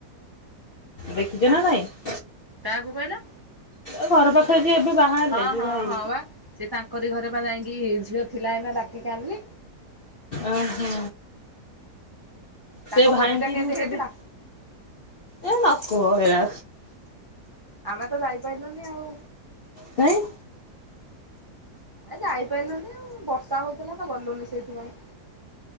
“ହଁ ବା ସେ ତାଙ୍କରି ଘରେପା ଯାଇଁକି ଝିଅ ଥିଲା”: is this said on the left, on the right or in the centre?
Right